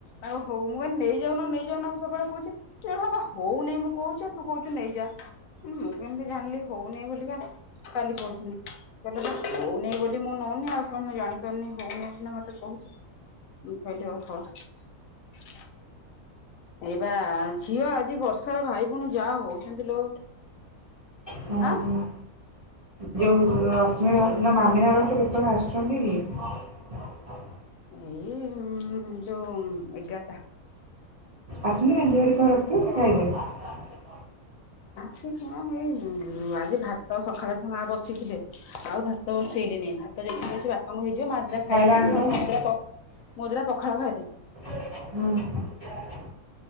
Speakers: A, on the left; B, on the right.
A: ଆ ହଉ ମୁଁ କି ନେଇଯାଉନ, ନେଇଯାଉନ, ମୁଁ ସବୁବେଳେ କହୁଛି, ସେଟ <unintelligible> ହଉ ନାଇଁ ମୁଁ କହୁଛି, ତୁ କହୁଛୁ ନେଇଯା । ହଁ, ମୁଁ କେମିତି ଜାଣିଲି ହଉନି ବୁଲିକା, କାଲି କହୁଥିନି କହିଲେ, ହଉନି ବୋଲି ମୁଁ ନଉନି ଆଉ କଣ ମୁଁ ଜାଣିପାରୁନି ହଉନି ମତେ କହୁଛ ଭ ହ <unintelligible> ଏ ବା ଝିଅ ଆଜି ବର୍ଷ ସାରା ଭାଇ ଭଉଣୀ ଯାହା ହଉଛନ୍ତି ଲୋ,
B: ହଉ
A: ଆ
B: ହଉ। ଯୋଉ ରଶ୍ମି ଘ ନା ମାମିନା ଘର ତ କେତେବେଳେ ଆସୁଛନ୍ତି କି?
A: ଏଇ ଯୋଉ ଏଗାରଟା
B: ଆସିନେ ରାନ୍ଧିବାଡ଼ି ତମେ ରଖିଥିବ, ସେ ଖାଇବେ ।
A: ସେ କଣ ଏଇ ଆଜି ଭାତ ସକାଳେ ଛ ମା ବସିଥିଲେ ଆଉ ଭାତ ବ ସଇଲ <unintelligible> ଭାତ ଯେ ସେ ବାପାଙ୍କୁ ହେଇ ଯୋଉ ମଦୁରା ଖାଇ
B: ଖାଇବା
A: ଦେଇଛନ୍ତି,
B: ଆଣିଦବ।
A: ମାନେ ମୁଦ୍ରା ମୁଦୁରା ପଖାଳ ଖାଇଦେ <unintelligible>
B: ହଁ ।